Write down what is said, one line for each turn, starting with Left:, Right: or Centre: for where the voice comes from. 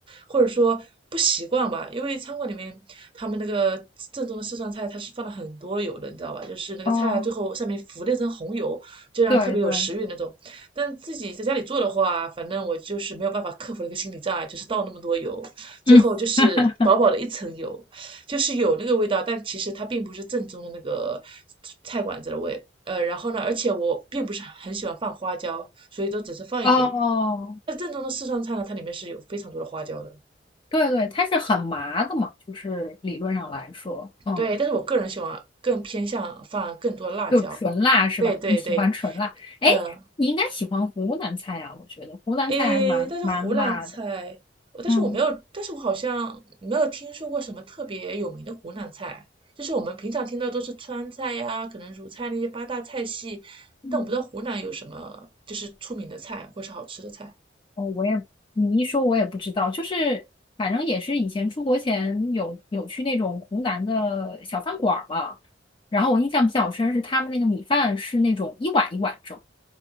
Right: 或者说不习惯吧，因为餐馆里面他们那个正宗的四川菜，它是放了很多油的，你知道吧？就是那个菜啊，
Left: 哦，
Right: 最后上面浮了一层红油，就让特别有食欲那种。
Left: 对对，
Right: 但自己在家里做的话，反正我就是没有办法克服那个心理障碍，就是倒那么多油，最后就是薄薄的一层油。
Left: 嗯，<laughs>
Right: 就是有那个味道，但其实它并不是正宗的那个菜馆子的味。呃，然后呢，而且我并不是很喜欢放花椒，所以都只是放一点。
Left: 哦，
Right: 那正宗的四川菜呢，它里面是有非常多的花椒的。
Left: 对对，它是很麻的嘛，就是理论上来说，嗯，
Right: 对，但是我个人喜欢更偏向放更多的辣椒。
Left: 就纯辣是吧？
Right: 对对对，
Left: 你喜欢纯辣，哎，
Right: 嗯、
Left: 你应该喜欢湖南菜啊，我觉得湖南菜还蛮蛮辣的，
Right: 诶，但是湖南菜，我但是我没有，
Left: 嗯，
Right: 但是我好像没有听说过什么特别有名的湖南菜，就是我们平常听到都是川菜呀、可能鲁菜那些八大菜系，
Left: 嗯
Right: 但我不知道湖南有什么就是出名的菜或是好吃的菜。
Left: 哦，我也，你一说我也不知道，就是反正也是以前出国前有有去那种湖南的小饭馆儿嘛，然后我印象比较深是他们那个米饭是那种一碗一碗蒸。